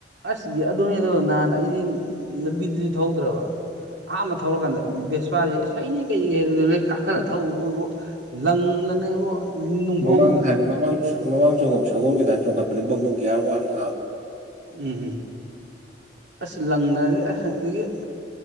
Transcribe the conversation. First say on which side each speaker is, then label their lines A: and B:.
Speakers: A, on the right; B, on the right.
A: ꯑꯁ ꯑꯗꯨꯅꯦꯗꯣ ꯅꯍꯥꯟ ꯑꯩꯗꯤ ꯂꯝꯕꯤꯗꯨꯁꯨ ꯊꯧꯗ꯭ꯔꯕ ꯑꯥꯍꯟꯕ ꯊꯧꯔꯀꯥꯟꯗ ꯚꯦꯁꯄꯥꯁꯤ ꯍꯩꯅꯤ ꯀꯩꯒꯤ ꯍꯩꯔꯣꯢꯗꯩꯅꯣ ꯀꯥꯈꯠꯂ ꯊꯧꯔꯨꯕꯨ ꯏꯕꯣ ꯂꯪꯗꯅ ꯏꯕꯣ ꯅꯨꯡꯐꯧꯗ
B: ꯃꯃꯥꯡ ꯍꯥꯏ ꯃꯃꯥꯡ ꯃꯃꯥꯡ ꯆꯣꯡꯐꯝ ꯁꯒꯣꯜꯒꯤ ꯇꯥꯏꯞ ꯆꯣꯡꯈꯠꯄꯅꯦ ꯕꯛ ꯕꯛ ꯒ꯭ꯌꯔ ꯋꯥꯟꯒꯤ ꯊꯥꯕ
A: ꯎꯝ ꯑꯁ ꯂꯪꯅꯗꯤ ꯑꯦ ꯑꯗꯨꯗꯒꯤ